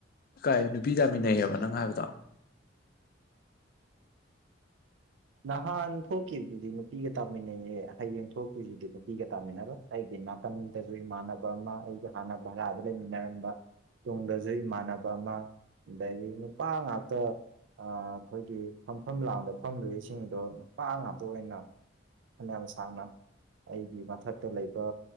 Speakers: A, on the left (about 50°); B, on the right (about 75°).
A: ꯀꯥꯏ ꯅꯨꯄꯤ ꯇꯥꯃꯤꯟꯅꯩꯌꯦꯕ ꯅꯪ ꯍꯥꯏꯕꯗꯣ
B: ꯅꯍꯥꯟ ꯊꯣꯛꯈꯤꯕꯗꯨꯗꯤ ꯅꯨꯄꯤꯒ ꯇꯥꯃꯤꯟꯅꯩꯌꯦ ꯍꯌꯦꯡ ꯊꯣꯛ ꯇꯨꯏꯁꯤꯗꯤꯄꯤꯒ ꯇꯥꯃꯤꯟꯅꯔ ꯑꯩꯒꯤ ꯅꯥꯀꯟꯗꯁꯨ ꯏꯃꯥꯟꯅꯕ ꯑꯃ ꯑꯩꯒ ꯍꯥꯟꯅ ꯚꯔꯥꯗ ꯂꯩꯃꯤꯟꯅꯔꯝꯕ ꯇꯨꯡꯗꯁꯨ ꯏꯃꯥꯟꯅꯕ ꯑꯃ ꯑꯗꯒꯤ ꯅꯨꯄꯥ ꯉꯥꯛꯇ ꯑꯩꯈꯣꯏꯒꯤ ꯐꯝꯐꯝ ꯂꯥꯡꯗ ꯐꯝꯗꯣꯔꯤ ꯁꯤꯡꯗꯣ ꯅꯨꯄꯥ ꯉꯥꯛꯇ ꯑꯣꯏꯅ ꯐꯅꯌꯥꯝ ꯁꯥꯡꯅ ꯑꯩꯒꯤ ꯃꯊꯛꯇ ꯂꯩꯕ